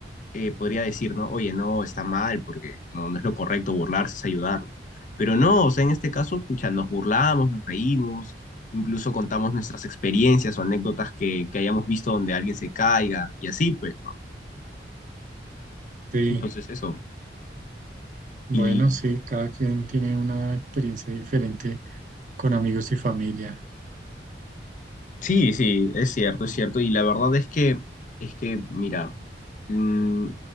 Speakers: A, on the left; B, on the right.
A: eh, podría decir, ¿no? Oye, no, está mal, porque no, no es lo correcto burlarse, es ayudarlo. Pero no, o sea, en este caso, pucha, nos burlamos, nos reímos, incluso contamos nuestras experiencias o anécdotas que, que hayamos visto donde alguien se caiga, y así, pues, ¿no?
B: sí.
A: Entonces eso.
B: Bueno,
A: Y
B: sí, cada quien tiene una experiencia diferente con amigos y familia.
A: sí, sí, es cierto, es cierto. Y la verdad es que, es que, mira, mm,